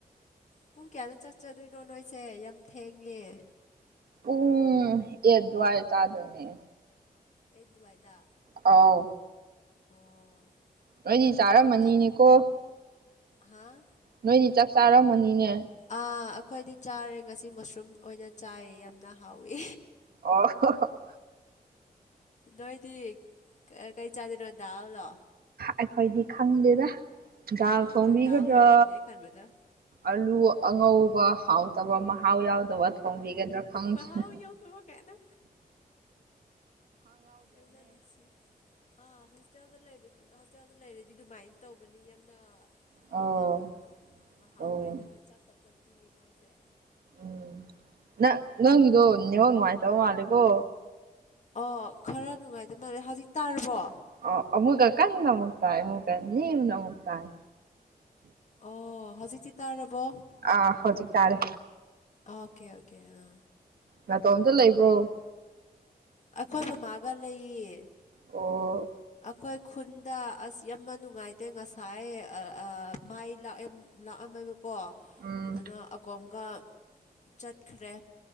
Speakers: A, on the left; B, on the right.
A: ꯄꯨꯡ ꯀꯌꯥꯗ ꯆꯥꯛ ꯆꯥꯗꯣꯏꯅꯣ ꯅꯣꯏꯁꯦ ꯌꯥꯝ ꯊꯦꯡꯉꯦ
B: ꯎꯝ ꯑꯦꯠ ꯗꯨꯋꯥꯏꯗ ꯆꯥꯗꯣꯏꯅꯦ
A: ꯑꯦꯗ ꯗꯨꯋꯥꯥꯏꯗ
B: ꯑꯥꯎ
A: ꯑꯣ
B: ꯅꯣꯏꯗꯤ ꯆꯥꯔꯝꯃꯅꯤꯅꯦꯀꯣ
A: ꯌꯥꯝꯅ ꯊꯦ ꯍꯥꯥ
B: ꯅꯣꯏꯗꯤ ꯆꯥꯛ ꯆꯥꯔꯝꯃꯅꯤꯅꯦ
A: ꯑꯥ ꯑꯩꯈꯣꯏꯗꯤ ꯆꯥꯔꯦ ꯉꯁꯤ ꯃꯁꯔꯨꯝ ꯑꯣꯏꯅ ꯆꯥꯏ ꯌꯥꯝꯅ ꯍꯥꯎꯋꯤ
B: <unintelligible>
A: ꯅꯣꯏꯗꯤ ꯀꯩ ꯆꯥꯗꯣꯏꯅꯣ ꯗꯥꯜꯂꯣ
B: ꯑꯩꯈꯣꯏꯗꯤ ꯈꯪꯗꯦꯗ ꯗꯥꯜ ꯊꯣꯡꯕꯤꯒꯗ꯭ꯔꯥ
A: ꯑꯥ ꯗꯥꯜ ꯑꯣꯏꯔꯝꯃꯅꯤ ꯑꯩ ꯈꯟꯕꯗ
B: ꯑꯂꯨ ꯑꯉꯧꯕ ꯍꯥꯎ ꯇꯕ ꯃꯍꯥꯎ ꯌꯥꯎꯗꯕ ꯊꯣꯡꯕꯤꯒꯗ꯭ꯔꯥ ꯈꯪꯗ‌ꯦ
A: ꯃꯍꯥꯎ ꯌꯥꯎꯗꯕ ꯀꯥꯏꯅ ꯌꯥꯝꯅ ꯅꯨꯡꯁꯤ ꯑꯥ ꯍꯣꯁꯇꯦꯜꯗ ꯂꯩꯕ ꯍꯣꯁꯇꯦꯜꯗ ꯂꯩꯔꯗꯤ ꯑꯗꯨꯃꯥꯏ ꯇꯧꯕꯅꯤ ꯌꯥꯝꯅ
B: ꯑꯧ
A: ꯍꯥꯎꯇꯕꯗꯣ ꯃꯍꯥꯎ
B: ꯑꯧ
A: ꯂꯩꯇꯕ ꯆꯥꯛ ꯈꯛꯇ ꯄꯤꯌꯦ ꯃꯣꯏꯁꯦ
B: ꯎꯝ ꯅꯪ ꯅꯪꯒꯤꯗꯣ
A: ꯎꯝ
B: ꯅꯦꯠꯋꯥꯛ ꯅꯨꯡꯉꯥꯏꯇꯕ ꯃꯥꯜꯂꯦꯀꯣ
A: ꯑꯣ ꯈꯔ ꯅꯨꯡꯉꯥꯏꯇ ꯃꯥꯜꯂꯦ ꯍꯧꯖꯤꯛ ꯇꯥꯔꯕꯣ
B: ꯑꯣꯃꯨꯒ ꯀꯟꯅ ꯑꯃꯨꯛ ꯇꯥꯏ ꯑꯃꯨꯀ ꯅ‌ꯦꯝꯅ ꯑꯃꯨꯛ ꯇꯥꯏ
A: ꯑꯣ ꯍꯧꯖꯤꯛꯇꯤ ꯇꯥꯔꯕꯣ
B: ꯑꯥ ꯍꯧꯖꯤꯛ ꯇꯥꯔꯦ
A: ꯑꯣꯀꯦ ꯑꯣꯀꯦ ꯑ
B: ꯅꯥꯇꯣꯝꯇ ꯂꯩꯕ꯭ꯔꯣ
A: ꯑꯩꯈꯣꯏ ꯃꯥꯃꯥꯒ ꯂꯩꯌꯦ
B: ꯑꯣ
A: ꯑꯩꯈꯣꯏ ꯈꯨꯟꯗ ꯑꯁ ꯌꯥꯝꯅ ꯅꯨꯡꯉꯥꯏꯇꯦ ꯉꯁꯥꯏ ꯃꯥꯏ ꯂꯥꯛꯑ ꯂꯥꯛꯑꯝꯃꯦꯕꯀꯣ
B: ꯎꯝ
A: ꯑꯗꯨꯅ ꯑꯀꯣꯝꯒ ꯆꯠꯈ꯭ꯔꯦ